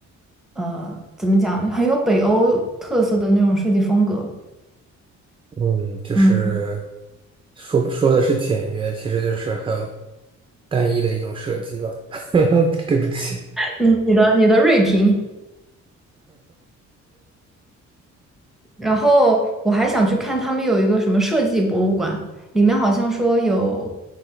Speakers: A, in the centre; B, on the right (about 20°).
A: 呃，怎么讲，很有北欧特色的那种设计风格。
B: 嗯，就是
A: 嗯，
B: 说说的是简约，其实就是很单一的一种设计吧。<laughs> 对不起，
A: 你你的你的锐评，然后我还想去看他们有一个什么设计博物馆，里面好像说有，